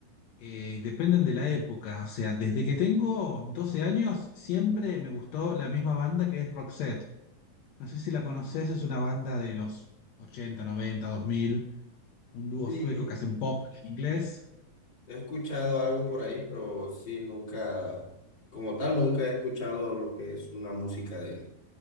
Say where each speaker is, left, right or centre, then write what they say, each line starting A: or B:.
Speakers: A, on the left (about 70°); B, on the left (about 35°).
A: eh, dependen de la época. O sea, desde que tengo 12 años siempre me gustó la misma banda que es Roxette. No sé si la conoces, es una banda de los ochenta, noventa, dos mil. un dúo
B: Sí,
A: sueco que hacen pop en inglés.
B: he escuchado algo por
A: eh,
B: ahí, pero sí, nunca, como tal, nunca he escuchado lo que es una música de,